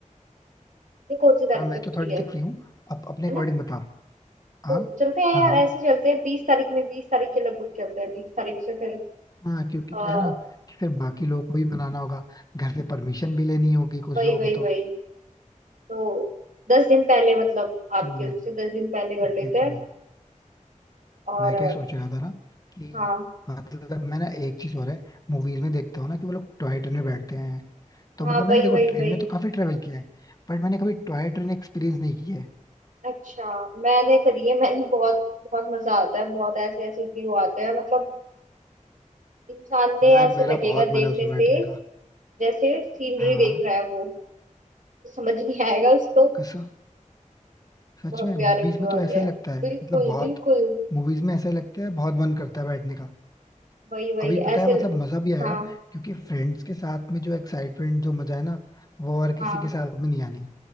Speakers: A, on the right; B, on the left.
A: ये कौन सी तारीख
B: हाँ मैं
A: तक
B: तो
A: फ्री
B: थर्टी
A: है
B: तक फ्री हूँ आप
A: है
B: अपने अकॉर्डिंग
A: ना
B: बताओ हाँ
A: तो चलते हैं
B: हाँ
A: यार
B: हाँ
A: ऐसे चलते हैं बीस तारीख में बीस तारीख के लगभग चलते हैं बीस तारीख से फिर
B: हाँ क्योंकि
A: अ,
B: क्या है ना कि फिर बाकी लोगों को भी मनाना होगा घर से परमिशन भी लेनी होगी कुछ
A: वही
B: लोगों
A: वही
B: को तो
A: वही तो दस दिन पहले मतलब आपके
B: तो मैं
A: उससे दस दिन पहले
B: एग्जैक्टली
A: कर लेते हैं
B: exactly,
A: और
B: मैं क्या
A: अ,
B: सोच रहा था ना कि
A: हाँ
B: मतलब मैं ना एक चीज और है मूवीज में देखता हूँ ना कि वो लोग टॉय ट्रेन में बैठते हैं तो
A: हाँ
B: मतलब मैंने
A: वही
B: देखो
A: वही
B: ट्रेन
A: वही
B: में तो काफी ट्रेवल किया है बट मैंने कभी टॉय ट्रेन एक्सपीरियंस नहीं किया है
A: अच्छा मैंने करी है मैंने बहुत बहुत मजा आता है बहुत ऐसे ऐसे व्यू आते हैं मतलब इंसान ने
B: यार
A: ऐसे
B: मेरा
A: लगेगा
B: बहुत
A: देखने
B: मन है उसमें
A: से
B: बैठने का
A: जैसे सीनरी
B: हाँ
A: देख रहा है वो समझ नहीं आएगा उसको
B: कसम सच
A: बहुत
B: में
A: प्यारे
B: मूवीज
A: व्यू
B: में तो
A: आते
B: ऐसा
A: हैं
B: ही लगता है
A: बिल्कुल
B: मतलब बहुत
A: बिल्कुल
B: मूवीज में ऐसा ही लगता है बहुत मन करता है बैठने का
A: वही वही
B: अभी पता
A: ऐसे
B: है मतलब
A: ल-
B: मजा भी आएगा
A: हाँ
B: क्योंकि फ्रेंड्स के साथ में जो एक्साइटमेंट जो मजा है ना वो और किसी
A: हाँ
B: के साथ में नहीं आनी